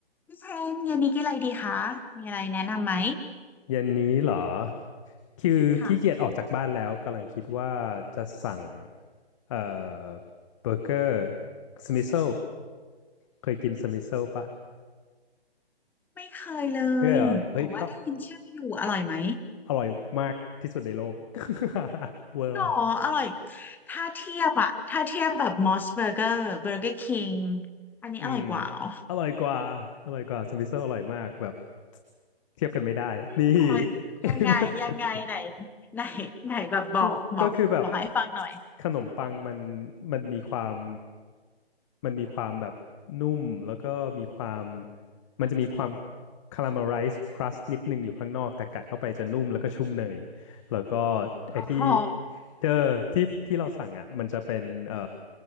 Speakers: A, in the centre; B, on the left.
A: พี่เชนเย็นนี้กินอะไรดีคะมีอะไรแนะนำไหม
B: เย็นนี้เหรอ คือขี้เกียจออกจากบ้านแล้วกำลังคิดว่าจะสั่ง
A: ค่ะ
B: เอ่อเบอร์เกอร์สมิโซ เคยกินสมิโซปะ
A: ไม่เคยเลย
B: เฮ้ยเหรอเฮ้ยอ
A: แต่ว่าได้ยินชื่ออยู่อร่อยไหม
B: อร่อยมากที่สุดในโลก <laughs> เวอร์ว่ะ
A: อ๋ออร่อยถ้าเทียบอะถ้าเทียบแบบมอสเบอร์เกอร์เบอร์เกอร์คิง
B: <laughs>
A: อันนี้อร่อยกว่าเหรอ
B: อืมอร่อยกว่าอร่อยกว่าสมิโซอร่อยมากแบบเทียบกันไม่ได้นี่
A: จริงเหรอ
B: <laughs>
A: ยังไงยังไงไหนไหนไหนแบบบอกบอกบอกให้ฟังหน่อย
B: ก็ก็คือแบบขนมปังมันมันมีความมันมีความแบบนุ่มแล้วก็มีความมันจะมีความคาราเมลไรซ์ครัสนิดนึงอยู่ข้างนอกแต่กัดเข้าไปจะนุ่มแล้วก็ชุ่มเนยแล้วก็ไอ้ที่
A: อ๋อ
B: เออที่ที่เราสั่งอ่ะมันจะเป็นเอ่อ